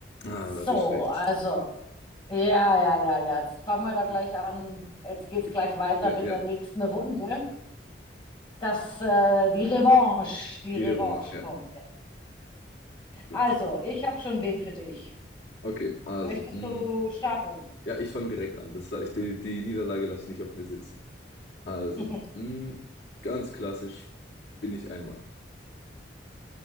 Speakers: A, on the left; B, on the left.
A: Ah,
B: So,
A: da hattest du recht.
B: also, ja, ja, ja, ja. Jetzt fangen wir da gleich an. Jetzt geht's
A: Okay.
B: gleich weiter
A: Ja,
B: mit
A: ja.
B: der nächsten Runde. Das, äh, die Revanche, die
A: Die
B: Revanche
A: Revanche,
B: kommt.
A: ja. Gut.
B: Also, ich habe schon wen für dich.
A: Okay, also,
B: Möchtest
A: mh,
B: du starten?
A: ja, ich fange direkt an. Das, la- ich, die, die Niederlage lasse ich nicht auf mir sitzen. Also,
B: <laughs>
A: mh, ganz klassisch bin ich ein Mann.